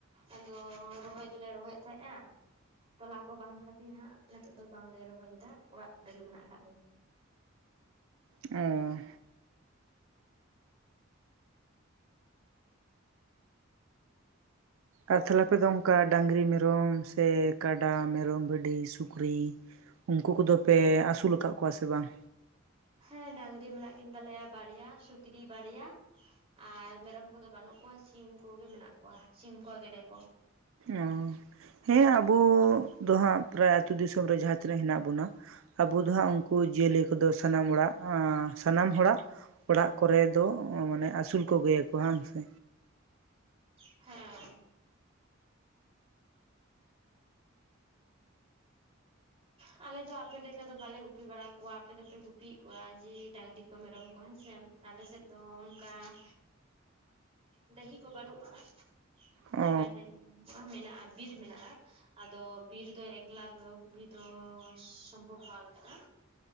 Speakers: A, on the right; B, on the right.
A: ᱟᱫᱚ ᱨᱚᱦᱚᱭ ᱫᱚᱞᱮ ᱨᱚᱦᱚᱭᱮᱫ ᱛᱟᱦᱮᱸᱜ-ᱟ ᱾ ᱛᱚᱞᱟ ᱠᱚ ᱵᱟᱝ ᱠᱷᱟᱛᱤᱨ ᱦᱟᱸᱜ ᱱᱤᱛᱚᱜ ᱫᱚ ᱵᱟᱝᱞᱮ ᱨᱚᱦᱚᱭᱮᱫᱟ ᱚᱲᱟᱜ ᱠᱚᱨᱮᱜᱮ ᱢᱮᱱᱟᱜ ᱟᱠᱟᱜ ᱞᱮᱭᱟ᱾
B: ᱚᱻ᱾ ᱟᱨ ᱛᱟᱦᱞᱮ ᱟᱯᱮ ᱫᱚ ᱚᱱᱠᱟ ᱰᱟᱸᱝᱨᱤ ᱢᱮᱨᱚᱢ ᱥᱮ ᱠᱟᱰᱟ ᱢᱮᱨᱚᱢ ᱵᱷᱤᱰᱤ ᱥᱩᱠᱨᱤ ᱩᱱᱠᱩ ᱠᱚᱫᱚ ᱯᱮ ᱟᱥᱩᱞ ᱟᱠᱟᱜ ᱠᱚᱣᱟ ᱥᱮ ᱵᱟᱝ?
A: ᱦᱮᱸ ᱰᱟᱸᱝᱨᱤ ᱢᱮᱱᱟᱜ ᱠᱤᱱ ᱛᱟᱞᱮᱭᱟ ᱵᱟᱨᱭᱟ ᱥᱩᱠᱨᱤ ᱵᱟᱨᱭᱟ᱾ ᱟᱨ ᱢᱮᱨᱚᱢ ᱠᱚᱫᱚ ᱵᱟᱱᱩᱜ ᱠᱚᱣᱟ ᱥᱤᱢ ᱠᱚᱜᱮ ᱢᱮᱱᱟᱜ ᱠᱚᱣᱟ ᱥᱤᱢ ᱠᱚ ᱟ ᱜᱮᱰᱮ ᱠᱚ᱾
B: ᱚ ᱦᱮᱸ ᱟᱵᱩ ᱫᱚ ᱦᱟᱸᱜ ᱯᱨᱟᱭ ᱟᱛᱩ ᱫᱤᱥᱚᱢ ᱨᱮ ᱡᱟᱦᱟᱸ ᱛᱤᱱᱟᱹᱜ ᱦᱮᱱᱟᱜ ᱵᱩᱱᱟ ᱟᱵᱩ ᱫᱚ ᱦᱟᱸᱜ ᱩᱱᱠᱩ ᱡᱤᱭᱟᱹᱞᱤ ᱠᱚᱫᱚ ᱥᱟᱱᱟᱢ ᱚᱲᱟᱜ ᱥᱟᱱᱟᱢ ᱦᱚᱲᱟᱜ ᱚᱲᱟᱜ ᱠᱚᱨᱮ ᱫᱚ ᱢᱟᱱᱮ ᱟᱥᱩᱞ ᱠᱚᱜᱮᱭᱟ ᱠᱚ ᱦᱟᱸᱝ ᱥᱮ?
A: ᱦᱮᱸ ᱟᱞᱮ ᱫᱚ ᱟᱯᱮ ᱞᱮᱠᱟ ᱫᱚ ᱵᱟᱞᱮ ᱜᱩᱯᱤ ᱵᱟᱲᱟ ᱠᱚᱣᱟ ᱟᱯᱮ ᱫᱚᱯᱮ ᱜᱩᱯᱤᱭᱮᱫ ᱠᱚᱣᱟ ᱡᱮ ᱰᱟᱹᱝᱨᱤ ᱠᱚ ᱢᱮᱨᱚᱢ ᱠᱚ ᱦᱮᱸᱥᱮ ᱟᱞᱮ ᱥᱮᱫ ᱫᱚ ᱚᱱᱠᱟ ᱰᱟᱹᱦᱤ ᱠᱚ ᱵᱟᱹᱱᱩᱜᱼᱟ᱾
B: ᱚ
A: ᱯᱷᱟᱠᱟ ᱡᱟᱭ <inaudible> ᱢᱮᱱᱟᱜᱼᱟ᱾ ᱵᱤᱨ ᱢᱮᱱᱟᱜᱼᱟ ᱟᱫᱚ ᱵᱤᱨ ᱫᱚ ᱮᱠᱞᱟ ᱫᱚ ᱜᱩᱯᱤ ᱫᱚ ᱥᱚᱢᱵᱷᱚᱵ ᱵᱟᱝ ᱠᱟᱱᱟ